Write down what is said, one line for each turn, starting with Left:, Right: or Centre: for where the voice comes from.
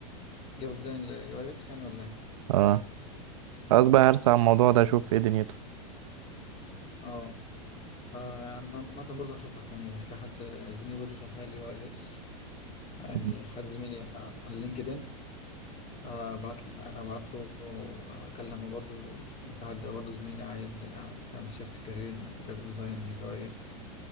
Left: جابك ديزاين اليو اي اكس يعني ولا ايه
Right: آه. خلاص بقى هرسى على الموضوع ده اشوف ايه دنيته
Left: اه اه، انا عامة برضه هشوف لك يعني في حد زميلي برضه شغال يو اي اكس يعني
Right: مم.
Left: حد زميلي على على لينكدين آه، بعت انا بعت له اكلمه برضو إن في حد برضو زميلي عايز يعمل يعمل شيفت كارير من جرافيك ديزاين ليو اي اكس